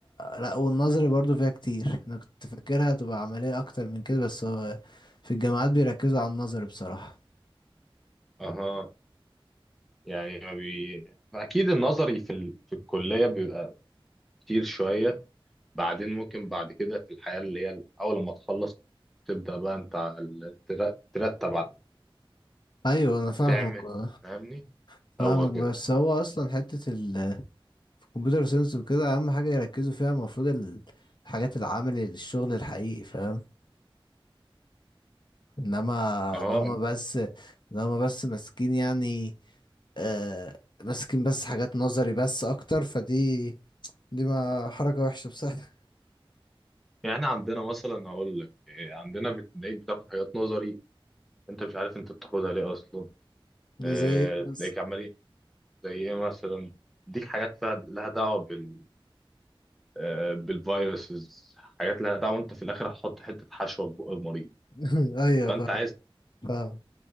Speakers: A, on the left; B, in the centre.
A: لا والنظري برضو فيها كتير انا كنت فاكرها تبقى عملية اكتر من كده بس هو في الجامعات بيركزوا على النظر بصراحة
B: اها يعني ما بي... اكيد النظري في ال... في الكليه بيبقى كتير شويه بعدين ممكن بعد كده في الحياة اللي هي أول لما تخلص تبدأ بقى أنت ال- تر- ترتب على-
A: ايوه انا فاهمك
B: تعمل
A: آه،
B: فاهمني
A: فاهمك
B: هو كده
A: بس هو اصلا حتة ال في الكمبيوتر ساينس وكده اهم حاجة يركزوا فيها المفروض ال- الحاجات العملي للشغل الحقيقي فاهم انما
B: اه
A: انما بس انما بس ماسكين يعني آه ماسكين بس حاجات نظري بس اكتر فدي دي ما حركة وحشة بصراحة
B: يعني عندنا مثلا أقول لك إيه، عندنا بتلاقيك بتاخد حاجات نظري أنت مش عارف أنت بتاخدها ليه أصلا
A: <laughs> ده
B: اه
A: زي إيه بس
B: تلاقيك عمال إيه، زي إيه مثلا ديك حاجات فيها لها دعوة بال آه، بالفيروسز حاجات لها دعوة وأنت في الآخر هتحط حتة حشوة في بق المريض
A: <laughs> ايوه
B: فأنت
A: فاهم
B: عايز
A: فاهم